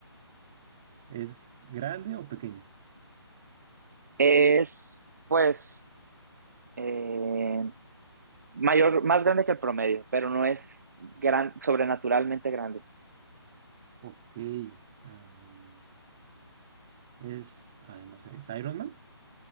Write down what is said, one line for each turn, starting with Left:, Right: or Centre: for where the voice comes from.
Centre: ¿es grande o pequeño?
Right: Es, pues, eh, mayor, más grande que el promedio, pero no es gran, sobrenaturalmente grande.
Centre: Ok. am, es, ay, no sé, ¿es Iron Man?